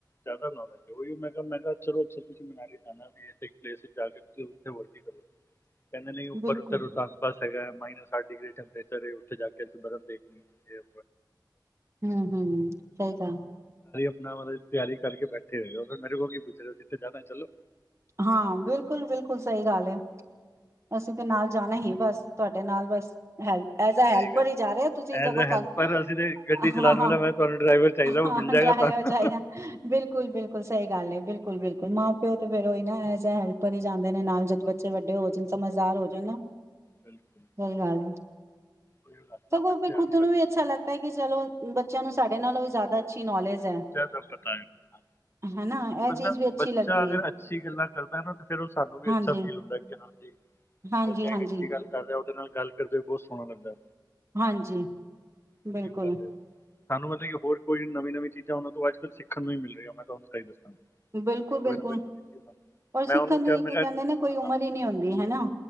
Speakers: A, on the left; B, on the right.
A: ਜ਼ਿਆਦਾ ਨੌਲੇਜ ਹੈ ਉਹੀ ਮੈਂ ਕਿਹਾ ਮੈਂ ਕਿਹਾ ਚਲੋ ਚੱਲੀਏ ਤੁਸੀਂ ਮਨਾਲੀ। ਖਾਣਾ ਵੀ ਇੱਕ ਪਲੇਸ ਜਾ ਕੇ ਤੁਸੀਂ ਉੱਥੇ ਵਰਤੀ ਕਰੋ। ਕਹਿੰਦੇ ਨਹੀਂ ਉੱਪਰ
B: ਬਿਲਕੁਲ
A: ਉੱਧਰ ਉਤਾਰਣ ਬਸ। ਸਗਾ ਮਾਈਨਸ ਆਠ ਡਗਰੀ ਟੈਮਪਰੇਚਰ ਹੈ ਉਥੇ ਜਾ ਕੇ ਅਸੀਂ ਬਰਫ਼ ਦੇਖਣੀ ਹੁੰਦੀ।
B: ਹੂੰ ਹੂੰ ਸਹੀ ਗੱਲ।
A: ਨਾ ਮਹਾਰਾਜ। ਤਿਆਰੀ ਕਰਕੇ ਬੈਠੇ ਹੋਏ ਹੋ ਫਿਰ ਮੇਰੇ ਕੋਲ ਕੀ ਪੁੱਛ ਰਹੇ ਹੋ ਜਿੱਥੇ ਜਾਣਾ ਚਲੋ।
B: ਹਾਂ ਬਿਲਕੁਲ ਬਿਲਕੁਲ ਸਹੀ ਗੱਲ ਹੈ। ਅਸੀਂ ਤੇ ਨਾਲ ਜਾਣਾ ਹੀ ਬਸ। ਤੁਹਾਡੇ ਨਾਲ ਬਸ ਐਜ
A: ਸਹੀ
B: ਹੈਲਪਰ
A: ਗੱਲ
B: ਹੀ ਜਾ ਰਹੇ ਹੈ ਤੁਸੀਂ ਸਗੋਂ
A: ਐਜ਼ ਅ ਹੈਲਪਰ
B: ਸਾਨੂੰ
A: ਅਸੀਂ ਤੇ ਗੱਡੀ ਚਲਾਉਣ
B: ਹਾਂ
A: ਵਾਲਾ ਮੈਂ ਤੁਹਾਨੂੰ ਡਰਾਈਵਰ ਚਾਹੀਦਾ ਉਹ
B: ਹਾਂ
A: ਮਿਲ ਜਾਏਗਾ
B: ਜਾਈਆਂ
A: ਤੁਹਾਨੂੰ
B: ਜਾਈਆਂ ਬਿਲਕੁਲ ਬਿਲਕੁਲ ਸਹੀ। ਗੱਲ ਹੈ ਬਿਲਕੁਲ ਬਿਲਕੁਲ। ਮਾਂ ਪਿਓ ਤੇ। ਐਜ ਐ ਹੈਲਪਰ ਹੀ ਜਾਂਦੇ ਨੇ ਨਾਲ ਜਦੋ
A: ਬਸ
B: ਬੱਚੇ ਵੱਡੇ ਹੋ ਜਾਣ ਸਮਝਦਾਰ ਹੋ ਜਾਣ ਨਾ।
A: ਬਿਲਕੁਲ
B: ਸਹੀ ਗੱਲ ਹੈ।
A: ਉਹੀ ਗੱਲ
B: ਸਗੋਂ
A: ਨਾ ਬੱਚੇ
B: ਫੇਰ ਖੁੱਦ
A: ਅੱਜ
B: ਨੂੰ
A: ਕੱਲ੍ਹ
B: ਵੀ ਅੱਛਾ ਲੱਗਦਾ। ਕਿ ਚਲੋ ਬੱਚਿਆਂ ਨੂੰ ਸਾਡੇ ਨਾਲੋਂ ਜ਼ਿਆਦਾ ਅੱਛੀ ਨੌਲੇਜ। ਹੈ
A: ਜ਼ਿਆਦਾ ਪਤਾ ਹੈ
B: ਹਨਾ ਇਹ
A: ਮਤਲਬ
B: ਚੀਜ਼ ਵੀ ਅੱਛੀ
A: ਬੱਚਾ
B: ਲੱਗਦੀ
A: ਅਗਰ
B: ਹੈ
A: ਅੱਛਾ। ਅੱਛੀ ਗੱਲਾਂ ਕਰਦਾ ਨਾ ਤੇ ਫੇਰ ਉਹ ਸਾਨੂੰ ਵੀ
B: ਹਾਂਜੀ
A: ਅੱਛਾ ਫੀਲ ਹੁੰਦਾ ਕਿ ਹਾਂਜੀ
B: ਹਾਂਜੀ
A: ਬੱਚਾ
B: ਹਾਂਜੀ
A: ਇੱਕ ਅੱਛੀ ਗੱਲ ਕਰ ਰਿਹਾ ਉਹਦੇ ਨਾਲ ਗੱਲ ਕਰਦੇ ਬਹੁਤ ਸੋਹਣਾ ਲੱਗਦਾ।
B: ਹਾਂਜੀ
A: ਇਹ
B: ਬਿਲਕੁਲ।
A: ਗੱਲ ਹੈ ਸਾਨੂੰ ਮਤਲਬ ਹੋਰ ਕੋਈ ਨੀ ਨਵੀ ਨਵੀਂ ਚੀਜ਼। ਜਾਂ ਉਹਨਾਂ ਤੋਂ ਅੱਜ ਕੱਲ ਸਿੱਖਣ ਨੂੰ ਹੀ ਮਿਲ ਰਿਹਾ ਮੈਂ ਤੁਹਾਨੂੰ ਸਹੀ ਦੱਸਾਂ।
B: ਬਿਲਕੁਲ ਬਿਲਕੁਲ
A: ਕੋਈ ਨਾ ਕੋਈ ਨਵੀਂ ਚੀਜ਼ ਸਾਨੂੰ
B: ਔਰ
A: ਮੈਂ
B: ਸਿੱਖਣ
A: ਉਹਨੂੰ
B: ਦੀ
A: ਕਿਹਾ
B: ਇੱਕ
A: ਮੈਂ ਕਿਹਾ
B: ਕਹਿੰਦੇ ਨਾ ਕੋਈ ਉਮਰ
A: ਹਾਂ
B: ਹੀ ਨਹੀਂ ਆਉਂਦੀ ਹਨਾ